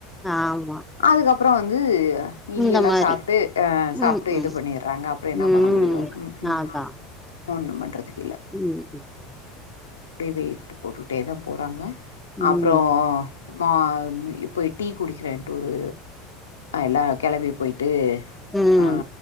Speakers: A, in the centre; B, on the left.
A: ஆமா
B: அதுக்கப்புறம் வந்து இது
A: இந்த
B: எல்லாம்
A: மாரி
B: சாப்பிட்டு அ சாப்பிட்டு
A: ம்
B: இது
A: ம்
B: பண்ணிடுறாங்க அப்புறம்
A: ம்
B: பண்ண முடியும் உம் உ
A: அதா
B: ஒன்னும் பண்றதுக்கு இல்ல
A: ம் ம்
B: வெயிட் போட்டுட்டே தான் போறாங்க
A: ம்
B: அப்புறம் மா போய் டீ குடிக்கிறேன்ட்டு ஒரு எல்லாம் கிளவி போய்டு
A: ம்
B: ஆ